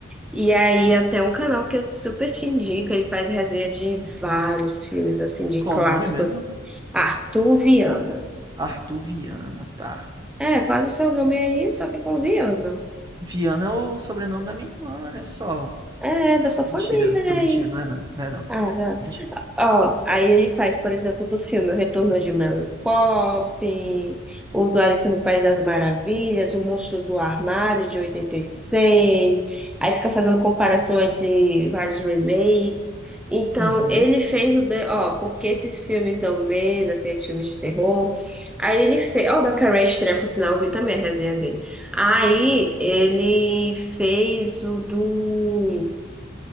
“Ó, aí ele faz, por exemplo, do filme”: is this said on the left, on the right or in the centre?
Centre